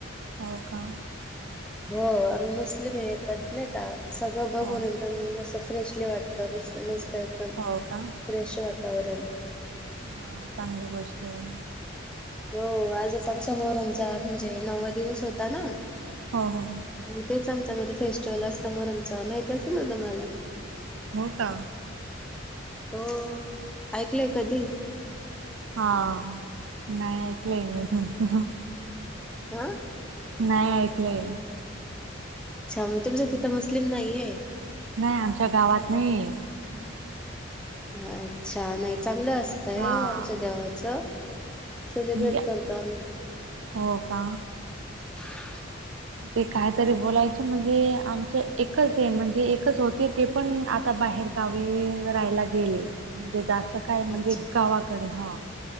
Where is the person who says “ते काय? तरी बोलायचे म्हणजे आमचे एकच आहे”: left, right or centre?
Right